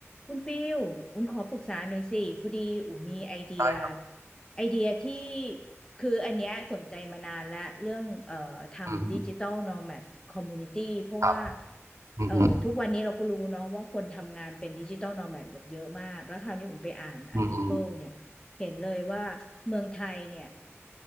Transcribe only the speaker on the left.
คุณฟิลอุณขอปรึกษาหน่อยสิพอดีอุ้มมีไอเดีย
ไอเดียที่คืออันเนี้ยสนใจมานานละเรื่องเอ่อทำดิจิตอลโนแมดคอมมูนิตี้เพราะว่า
เอ่อทุกวันนี้เราก็รู้เนาะว่าคนทำงานเป็นดิจิตอลโนแมดแบบเยอะมาก แล้วคราวนี้อุ้มไปอ่านอาร์ติเคิลเนี่ยเห็นเลยว่าเมืองไทยเนี่ย